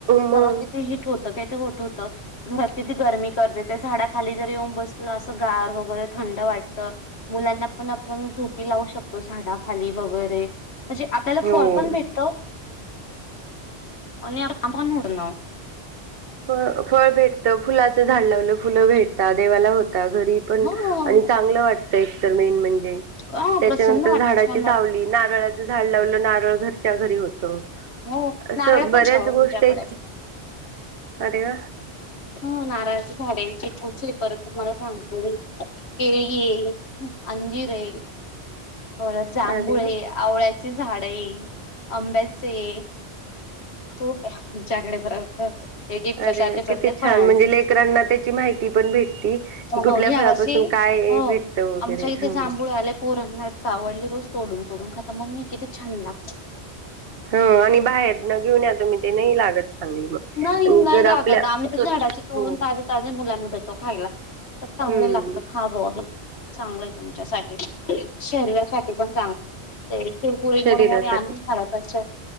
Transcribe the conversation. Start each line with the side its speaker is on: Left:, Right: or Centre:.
Right: मग
Left: बघा कि होतं काय ते गठ होतं घरात किती गरमी करते ते झाडाखाली जर येऊन बसलं असं गार वगैरे थंड वाटत मुलांना पण आपण झोपी लावू शकतो झाडा खाली वगैरे म्हणजे आपल्याला
Right: हो.
Left: फळ पण भेटत आणि आण उडण
Right: फ फळ भेटतं फुलाचं झाड लावलं फुलं भेटत देवाला होत घरी पण
Left: हो
Right: आणि चांगलं वाटत एकतर मेन म्हणजे
Left: ह
Right: त्याच्यानंतर
Left: प्रसन्न वाट
Right: झाडाची
Left: छान
Right: सावली
Left: वाटत
Right: नारळाचं झाड लावलं नारळ घरच्या घरी होत
Left: हो
Right: असं
Left: नारळ पण
Right: बऱ्याच
Left: आहे ओ
Right: गोष्ट
Left: आमच्याकडे
Right: आहेती अरवा
Left: ह नारळजी झाडेथ कूचली परत तु म्हाला सांगते केळ अंजिरे परत जांभूळ
Right: अरे वा.
Left: ये आवळ्याची झाड ये आंब्याची खूप आहे तमच्याकडे प्र खूप आहे एक एक
Right: अरे
Left: प्रकारचे प्रत्येक
Right: किती
Left: फळांचे
Right: छान म्हणजे लेकरांना त्याची माहिती पण भेटती की कुठल्या
Left: हो या्या
Right: फळापासून
Left: वर्षी
Right: काय
Left: हो
Right: भेटतं वगैरे
Left: आमच्या इथे
Right: ह
Left: जांभूळ आले पोरांना आवडली रोज तोडून तोडून खाता मग मी किती छान लागत
Right: ह आणि बाहेर न घेऊन या तुम्ही ते नाही लागत चांगली मग
Left: नाही
Right: आणि
Left: नाही
Right: जर
Left: लागत
Right: आपल्या
Left: आम्ही तर
Right: स्वत
Left: झाडाचे तोडून
Right: हो
Left: ताजे ताजे मुलांना देतो खायला चांगलं
Right: हम्म
Left: लागतं हा ब हे चांगलं आहे तुमच्यासाठी शहरासाठी पण चांगलं पुरी
Right: शरीरासाठी
Left: मोरमरे आणि खरश